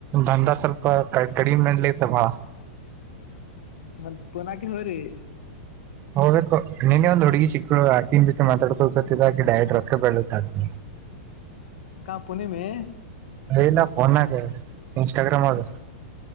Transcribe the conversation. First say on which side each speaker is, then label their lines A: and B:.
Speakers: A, on the right; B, on the left.
A: ದಂದ ಸ್ವಲ್ಪ ಕ ಕಡಿಮೆ ನಲತ ಬಾ
B: ಮತ್ತ ಪುನಕ ಹೊ ರೀ
A: ಹೋಗ ನಿನ್ ಒಂದ ಹುಡುಗಿ ಸಿಕ್ಕ ಆಟಿನ ಜೊತೆ ಮಾತಾಡ್ಕೊಳ್ಬೇಕತೆ ಡಯಟ್ ರೊಕ್ಕ ಬೆಳತ್ತ ಆ
B: ಕಾ ಪುಣೆೆ ಮೆ
A: ಇನ್ ಫೋನ್ಕಗ ಇನ್ಸ್ಟಾಗ್ರಾಮ್ ಆದದು